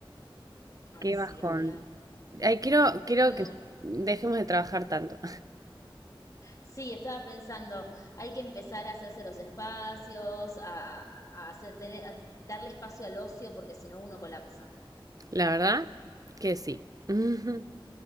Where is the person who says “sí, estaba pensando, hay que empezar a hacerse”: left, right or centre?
Left